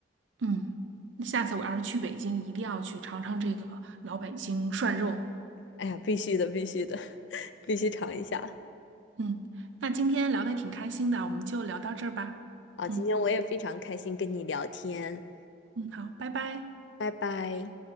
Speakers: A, on the right; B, on the left.
A: 嗯，那下次我要是去北京，一定要去尝尝这个老北京涮肉。
B: 哎呀，必须的，必须的。必须尝一下。
A: 嗯，那今天聊的挺开心的，我们就聊到这儿吧。
B: 好，
A: 嗯
B: 今天我也非常开心跟你聊天，
A: 嗯，好，拜拜。
B: 拜拜。